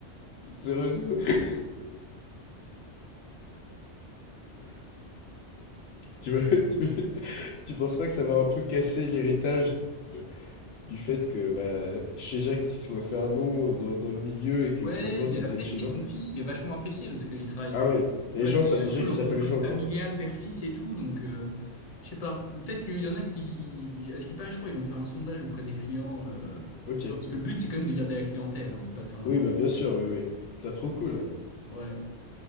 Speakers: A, on the left; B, on the left.
A: se renomme. Tu vois, <laughs> tu, tu penses pas que ça va un peu casser l'héritage euh, du fait que bah, chez Chéja qui soit fait un nom dans, dans le milieu et que
B: Ouais,
A: finalement
B: mais
A: ça devienne
B: après,
A: chez
B: tu sais,
A: Jean?
B: son fils, il est vachement apprécié parce qu'il travaille,
A: Ah
B: euh,
A: ouais,
B: tu
A: les
B: vois,
A: gens
B: c'est
A: savent
B: un
A: déjà
B: peu
A: qu'il
B: l'entreprise
A: s'appelle Jean
B: familiale
A: quoi.
B: père-fils et tout, donc euh, je sais pas. Peut-être qu'il y en a qui, à ce qui paraît, je crois, ils vont faire un sondage auprès des clients, euh,
A: Ok.
B: tu vois, parce que le but, c'est quand même de garder la clientèle, hein, c'est pas de faire n'importe
A: Oui bah bien sûr, oui oui. T'as trop cool.
B: quoi. Ouais.